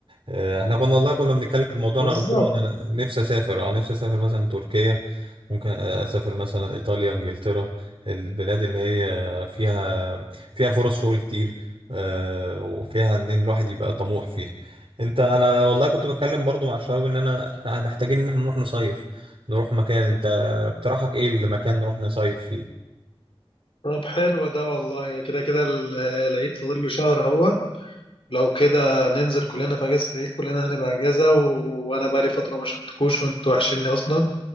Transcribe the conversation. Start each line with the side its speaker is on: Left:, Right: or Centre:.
Right: آه، احنا كنا والله كنا بنتكلم في الموضوع
Left: بالظبط
Right: انا قلت لهم إن انا نفسي اسافر اه نفسي اسافر مثلا تركيا ممكن آه، اسافر مثلا ايطاليا انجلترا البلاد اللي هي فيها فيها فرص شغل كتير آه، وفيها ان الواحد يبقى طموح فيها انت انا والله كنت بتكلم برضو مع الشباب ان انا احنا محتاجين ان احنا نروح نصيف نروح مكان انت اقتراحك ايه المكان نروح نصيف فيه
Left: طب حلو ده والله كده كده ال- العيد فاضل له شهر اهوت لو كده ننزل كلنا في اجازة العيد كلنا هنبقى اجازة و... وانا بقالي فترة ما شفتكوش وانتوا وحشيني اصلا